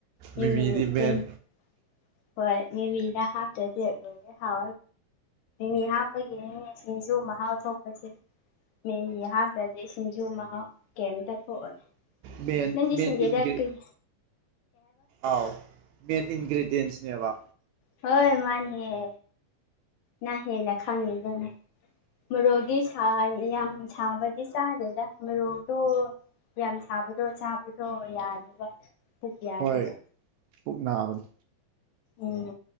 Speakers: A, on the left; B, on the right.
A: ꯃꯤꯃꯤ
B: ꯃꯤꯃꯤꯗꯤ ꯃꯦꯟ
A: ꯃꯤ <unintelligible> ꯍꯣꯏ ꯃꯤ ꯃꯤꯅ ꯍꯥꯄꯦ ꯍ ꯃꯤ ꯍꯥꯄꯒꯤꯦ ꯁꯨ ꯃꯍꯥꯎ ꯊꯣꯛꯄꯁꯦ ꯃꯤꯒꯤꯍꯥꯡꯗꯗꯤ ꯁꯤꯡꯖꯨ ꯃꯍꯥꯎ ꯀꯦꯝꯇ ꯊꯣꯛꯑꯣ
B: ꯃꯦꯟ
A: ꯅꯪꯗꯤ
B: ꯃꯦꯟ
A: ꯁꯤꯡꯖꯦꯗꯥꯛꯇꯔꯤ
B: ꯏꯟꯒ꯭ꯔꯤ ꯑꯥꯎ ꯃꯦꯟ ꯏꯟꯒ꯭ꯔꯔꯤꯗꯤꯌꯦꯦꯟꯁꯅꯦ ꯍꯥꯏꯕ
A: ꯍꯣꯏ ꯃꯥꯅꯤꯌꯦ ꯅ ꯂ ꯈꯥꯡꯃꯤ ꯃꯔꯣꯒꯤꯁ ꯌꯥꯝ ꯁꯥꯕꯗꯤ ꯆꯥꯗꯦꯗ ꯃꯔꯣꯛꯗꯣ ꯌꯥꯝ ꯁꯥꯕꯗꯣ ꯆꯥꯕ ꯑꯣ ꯌꯥꯗꯦꯕ ꯊ ꯌꯥꯗꯦꯕ
B: ꯍꯣꯏ ꯄꯨꯛ ꯅꯥꯕꯅꯤ
A: ꯎꯝ